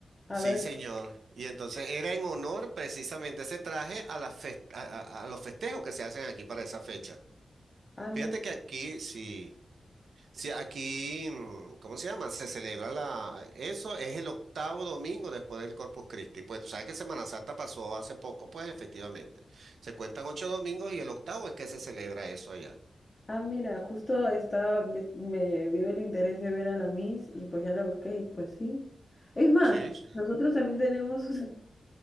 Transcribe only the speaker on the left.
A
ver,
ah, mira,
ah, mira, justo estaba, me, me dio el interés de ver a la Miss y pues ya la busqué y pues sí. Es más,
nosotros también tenemos <laughs> un-